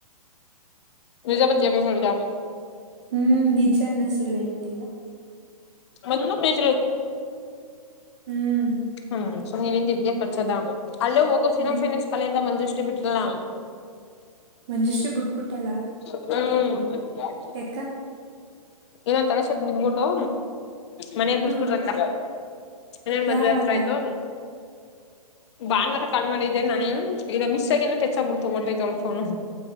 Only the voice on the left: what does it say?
ನಿಜೆ ಬಚೆ ಹೊಫಡದ
ಒಂದ ಬಸ
ಹ್ಮ್ ಸೊ ನೀವೇಂದ ಇದಗೆ ಖರ್ಚದ ಅಲ್ಲೇ ಹೋಗೋ ಸಿನೋಫಿನ್
ಕಳದ ಮಂಜುಷ್ಟು ಬಿಟ್ಟಲ
ಹ್ಮ್
ಇನ್ನೊಂದು ತಡೆ ಸತ್ ಬಿದಬಿಟ್ಟು ಮನಾಗ
ಬಸ್ಬಿಟ್ರತ್ತ ನ್ ಮದ್ೆತ್ರ
ಆಯ್ತು ಭಾಾನುವಾರ ಕಣ್ಮಾಿದ್ದೆ ನಾನೇ ಇಗ ಮಿಸ್ ಆಗನ ಹೆಚ್ಚಾಗಬಿಡ್ತೋಂತ ತೊಳ್ೋ